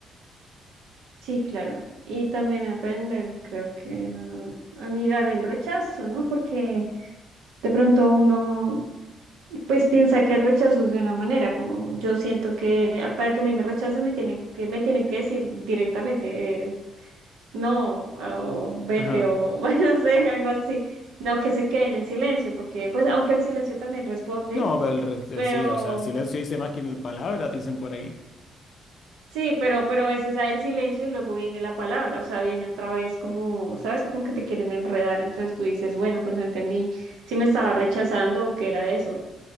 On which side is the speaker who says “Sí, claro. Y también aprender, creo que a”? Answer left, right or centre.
Right